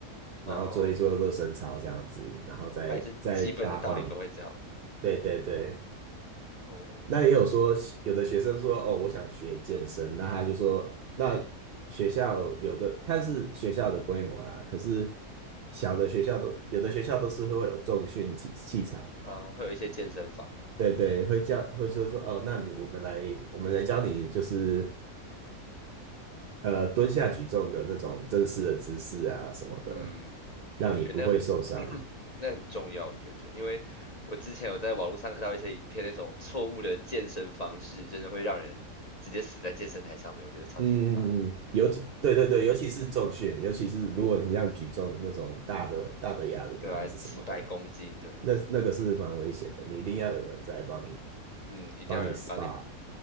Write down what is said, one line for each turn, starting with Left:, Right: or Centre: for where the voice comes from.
Right: 然后做一做热身操这样子，
Left: 哦，哦哦
Right: 然后再再发放。
Left: 还是基本的道理都会教你。
Right: 对对对，
Left: 哦，
Right: 那也有说有的学生说哦，我想学健身，那他就说那学校有的看是学校的规模啦，可是小的学校都有的学校都是会有重训器器材嘛。
Left: 嗯，会有一些健身房。
Right: 对对，会教会说说哦，那你我们来我们来教你，就是呃蹲下举重的那种正式的姿势啊什么的，
Left: 嗯，
Right: 让你不会受伤。
Left: 我觉得那 <clears throat> 那很重要，我觉得，因为我之前有在网络上看到一些影片，那种错误的健身方式，真的会让人直接死在健身台上面，我觉得超级可怕的。
Right: 嗯嗯嗯尤其对对对，
Left: 嗯
Right: 尤其是重训，尤其是如果你像举重那种大的大的哑铃啊，
Left: 嗯，对啊，
Right: 还是什么的，
Left: 几百公斤的，
Right: 那那个是蛮危险的，你一定要有人在帮你
Left: 嗯，一定要有人帮你
Right: 帮你 SPA。